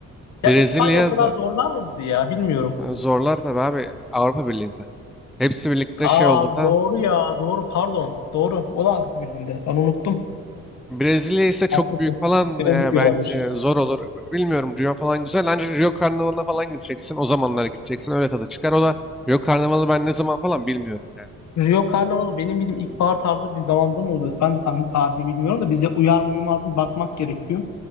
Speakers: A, on the left; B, in the centre.
A: Ya
B: Brezilya
A: İspanya o kadar
B: da
A: zorlar mı bizi ya? Bilmiyorum.
B: e, zorlar tabii abi Avrupa Birliği'nde. Hepsi birlikte
A: Aa
B: şey olduğundan
A: doğru ya. Doğru pardon. Doğru. O da Avrupa Birliği'nde. Ben unuttum.
B: Brezilya ise çok
A: Haklısın.
B: büyük falan
A: Brezilya
B: e, bence
A: olabilir.
B: zor olur. Bilmiyorum Rio falan güzel ancak Rio Karnavalı'na falan gideceksin. O zamanlar gideceksin öyle tadı çıkar. O da Rio Karnavalı ben ne zaman falan bilmiyorum yani.
A: Rio Karnavalı benim bildiğim ilkbahar tarzı bir zamanda mı oluyor? Ben tam tarihini bilmiyorum da bize uyar mı uymaz mı bakmak gerekiyor.